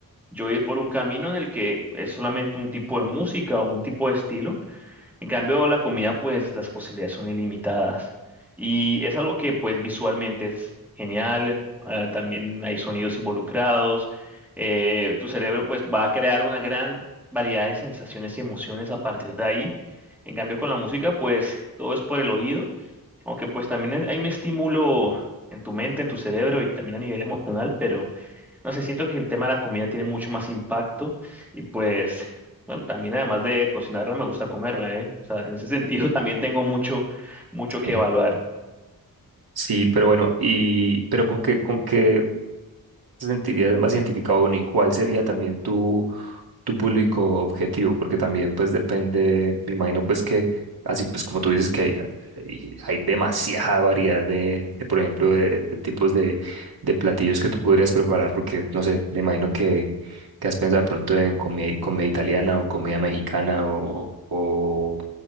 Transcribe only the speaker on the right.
Sí.
Sí, pero bueno, y pero con qué, con qué te sentirías más identificado ni cuál sería también tu, tu público objetivo? Porque también pues depende, me imagino pues que, así pues como tú dices que hay, hay hay demasiada variedad de, de, por ejemplo, de, de tipos de, de platillos que tú podrías preparar, porque no sé, me imagino que, que has pensado de pronto en comida, comida italiana o comida mexicana o, o